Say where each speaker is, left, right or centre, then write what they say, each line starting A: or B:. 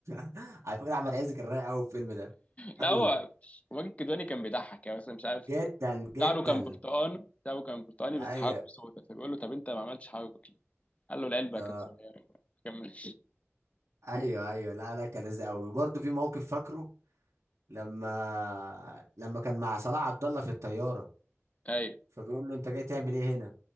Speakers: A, on the right; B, on the left.
A: <laughs> على فكره احمد عز كان رايق قوي في الفيلم ده
B: لا
A: قوي
B: هو ماجد الكدواني كان بيضحك يعني مثلا مش عارف
A: جدا جدا
B: شعره كان برتقان شعره كان برتقاني
A: ايوه
B: بس حواجبه سودا فبيقول له طب انت ما عملتش حواجبك ليه؟ قال له العلبه
A: آه.
B: كانت صغيره <laughs> كمل
A: ايوه ايوه لا لا كان لذيذ قوي وبرضه في موقف فاكره لما لما كان مع صلاح عبد الله في الطياره
B: ايوه
A: فبيقول له انت جاي تعمل ايه هنا